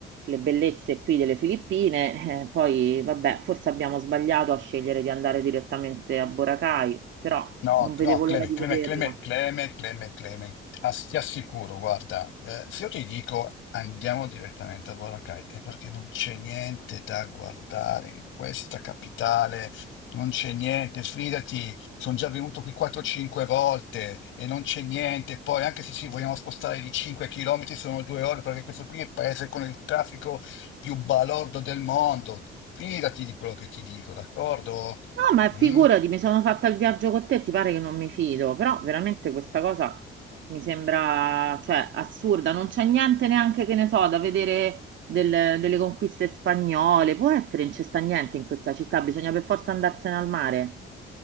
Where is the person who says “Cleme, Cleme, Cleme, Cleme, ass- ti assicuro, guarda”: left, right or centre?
Left